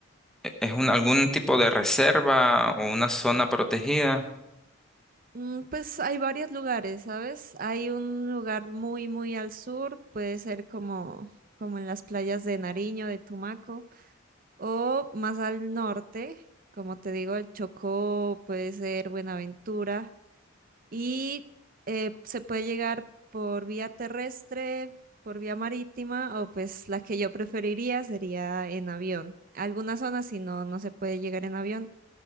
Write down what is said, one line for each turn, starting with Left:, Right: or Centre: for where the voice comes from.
Centre: e- es un, algún tipo de reserva o una zona protegida.
Right: Mm, Pues hay varios lugares, ¿sabes? Hay un lugar muy, muy al sur, puede ser como, como en las playas de Nariño, de Tumaco, o más al norte, como te digo, el Chocó, puede ser Buenaventura, y eh, se puede llegar por vía terrestre, por vía marítima, o pues la que yo preferiría sería en avión. Algunas zonas si no, no se puede llegar en avión,